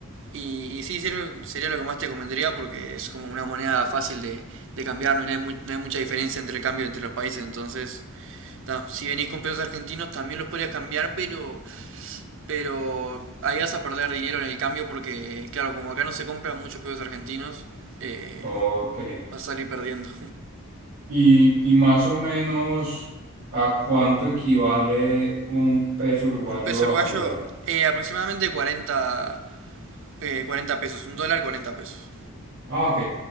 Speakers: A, on the right; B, on the right.
A: y, y sí, sería, lo que más te comentaría porque es como una moneda fácil de, de cambiar, no hay, mu- no hay mucha diferencia entre el cambio entre los países, entonces ta, si venís con pesos argentinos también los podrías cambiar, pero, pero ahí vas a perder dinero en el cambio porque, claro, como acá no se compran muchos pesos argentinos, eh,
B: ok.
A: vas a salir perdiendo.
B: Y, y más o menos, ¿a cuánto equivale un peso
A: <laughs>
B: uruguayo
A: Un peso uruguayo,
B: a un dólar?
A: eh, aproximadamente 40, eh, 40 pesos, un dólar 40 pesos.
B: Ah, ok.